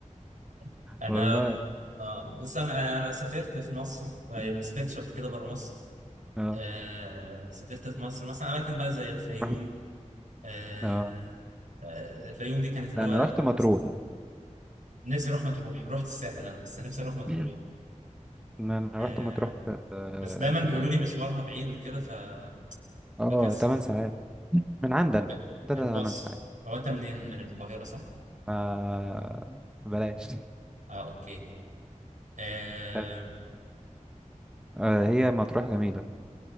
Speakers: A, on the right; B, in the centre.
A: <laughs> أنا
B: والله
A: آه بس أنا أنا سافرت في مصر آه، يعني
B: مم.
A: ما سافرتش قبل كده بره مصر
B: اه
A: آه سافرت في مصر مثلا أماكن بقى زي الفيوم
B: رحت
A: آه
B: اه
A: آه الفيوم دي كانت اللي
B: لا،
A: هو
B: انا رحت مطروح
A: نفسي أروح مطروح رحت الساحل أنا بس نفسي أروح مطروح
B: <clears throat> إن انا رحت
A: آه
B: مطروح في, آه،
A: بس دايما
B: في
A: بيقولوا لي مشوارها بعيد وكده ف-
B: اه
A: بكسل
B: 8 ساعات من عندنا
A: ب-
B: عندنا
A: بالباص
B: 8 ساعات
A: هو أنت منين من القاهرة صح؟
B: آه بلاش
A: اه اوكي آه
B: <laughs> آه هي مطروح جميلة